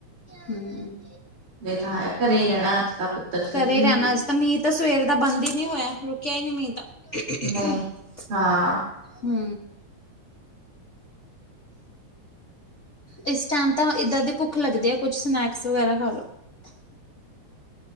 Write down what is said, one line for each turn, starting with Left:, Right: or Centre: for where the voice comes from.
Left: ਹੂੰ
Right: ਇਹ ਤਾਂ ਹੈ ਘਰੇ ਹੀ ਰਹਿਣਾ ਅੱਜ ਤਾਂ ਪੁੱਤਰ ਜੀ
Left: ਘਰੇ ਰਹਿਨਾ ਅੱਜ ਤਾਂ ਮੀਂਹ ਤਾਂ ਸਵੇਰ ਦਾ ਬੰਦ ਈ ਨਈ ਹੋਇਆ। ਕੇ ਨੀ ਮੀਂਹ ਤਾਂ <inaudible>
Right: ਨਹੀਂ ਹਾਂ
Left: ਹੂੰ ਇਸ ਟੇਮ ਤਾਂ ਇਦਾਂ ਦੀ ਭੁੱਖ ਲੱਗਦੀ ਆ ਕੁੱਚ ਸਨੈਕਸ ਵਗੈਰਾ ਖਾਲੋ।